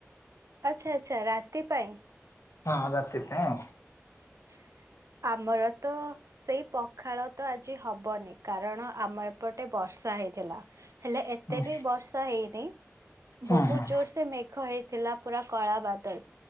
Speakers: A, on the right (about 80°); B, on the left (about 75°).
A: ଆଚ୍ଛା ଆଚ୍ଛା ରାତି ପାଇଁ।
B: ହଁ ରାତିପାଇଁ।
A: <inaudible> ଆମର ତ ସେଇ ପଖାଳ। ତ ଆଜି ହବନି। କାରଣ ଆମ ଏପଟେ ବର୍ଷା ହେଇ ଥିଲା। ହେଲେ ଏତେ
B: ହଁ
A: ବି ବର୍ଷା ହେଇନି।
B: ହଁ
A: ବହୁତ
B: ହଁ
A: ଜୋର ସେ ମେଘ ହେଇଥିଲା ପୁରା କଳା ବାଦଲ।